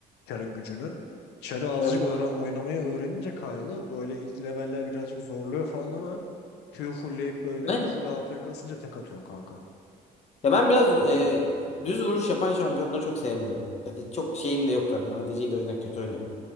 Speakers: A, on the left; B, on the left.
A: çarın gücünü. Çarı azıcık
B: Evet.
A: öğren oynamayı öğrenince Kyle'ı böyle ilk leveller birazcık zorluyor falan ama Q fullleyip böyle
B: Ben
A: full AP kasınca tek atıyorsun kanka.
B: Ya ben biraz e, düz vuruş yapan şampiyonları çok sevmiyorum. Ya da çok şeyim de yok zaten. ADC'yi de o yüzden kötü oynuyorum.